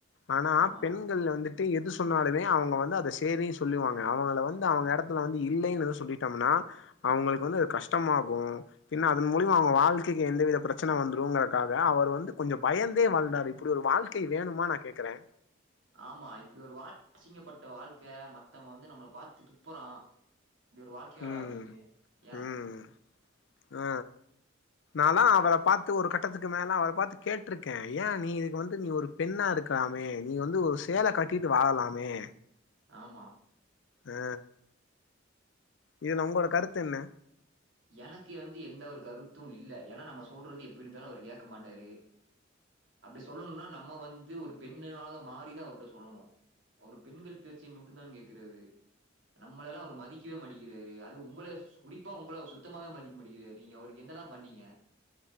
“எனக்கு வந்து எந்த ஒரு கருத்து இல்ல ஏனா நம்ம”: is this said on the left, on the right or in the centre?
Right